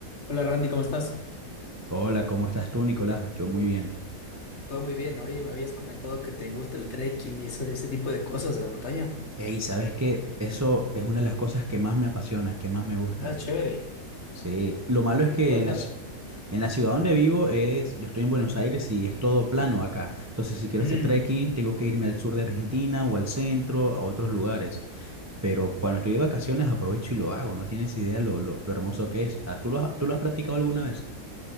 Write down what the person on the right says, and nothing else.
Hola, ¿cómo estás tú, Nicolás? Yo muy bien.
Ey, ¿sabes qué? Eso es una de las cosas que más me apasiona, que más me gusta.
Sí, lo malo es que
en la, ci- en la ciudad donde vivo es, yo estoy en Buenos Aires y es todo plano acá. Entonces, si quiero
hacer trekking, tengo que irme al sur de Argentina o al centro, a otros lugares. Pero cuando estoy de vacaciones, aprovecho y lo hago. No tienes idea lo, lo, lo hermoso que es. Ah, ¿Tú lo has, tú lo has practicado alguna vez?